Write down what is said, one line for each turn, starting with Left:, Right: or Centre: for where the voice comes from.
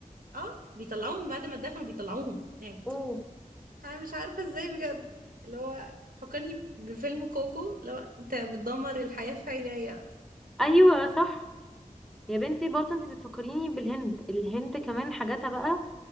Right: اه بيطلعوهم بعد ما اتدفنوا بيطلعوهم يعني
Centre: اوه
Right: انا مش عارفة ازاي بجد اللي هو فكرني بفيلم كوكو اللي هو انت بتدمر الحياة في عينيا
Centre: ايوه صح يا بنتي برضه انتي بتفكريني بالهند الهند كمان حاجاتها بقى